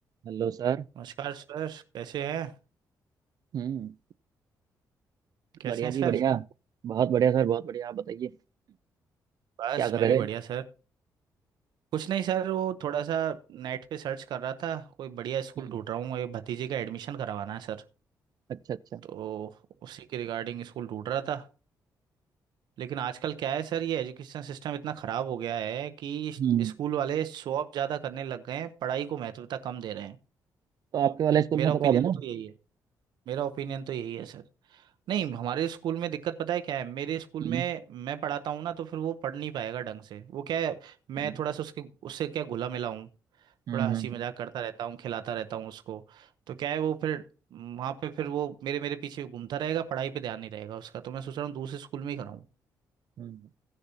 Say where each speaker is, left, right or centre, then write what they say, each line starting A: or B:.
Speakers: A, on the right; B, on the right.
A: Hello sir
B: नमस्कार सर कैसे हैं
A: हम्म
B: कैसे
A: बढ़िया
B: हैं
A: जी
B: सर
A: बढ़िया बहुत बढ़िया सर बहुत बढ़िया आप बताइए
B: बस
A: क्या कर
B: मैं
A: रहे
B: भी बढ़िया
A: थे
B: सर कुछ नहीं सर वो थोड़ा सा नेट पे सर्च कर रहा था कोई बढ़िया स्कूल
A: हम्म,
B: ढूंढ रहा हूँ ये भतीजे का एडमिशन करवाना है सर
A: अच्छा अच्छा
B: तो उसी के रिगार्डिंग स्कूल ढूंढ रहा था लेकिन आजकल क्या है सर ये एजुकेशन सिस्टम इतना ख़राब हो गया है कि
A: हम्म
B: स्कूल वाले शो ऑफ ज़्यादा करने लग गए हैं पढ़ाई को महत्वता कम दे रहे हैं
A: तो आपके वाले स्कूल
B: मेरा
A: में करवा
B: ओपिनियन
A: दो ना
B: तो यही है मेरा ओपिनियन तो यही है सर नहीं हमारे स्कूल में दिक्कत पता है क्या है मेरे स्कूल
A: हम्म
B: में मैं पढ़ाता हूँ ना तो फिर वो पढ़ नहीं पाएगा ढंग से वो क्या है
A: हम्म
B: मैं थोड़ा सा उसके उससे क्या घुला मिला हूँ
A: हम्म
B: थोड़ा हंसी
A: हम्म,
B: मजाक करता रहता हूँ खिलाता रहता हूँ उसको तो क्या है वो फिर वहाँ पे फिर वो मेरे मेरे पीछे घूमता रहेगा पढ़ाई पे ध्यान नहीं रहेगा उसका तो मैं सोच रहा हूँ दूसरे स्कूल में ही कराऊँ
A: हम्म,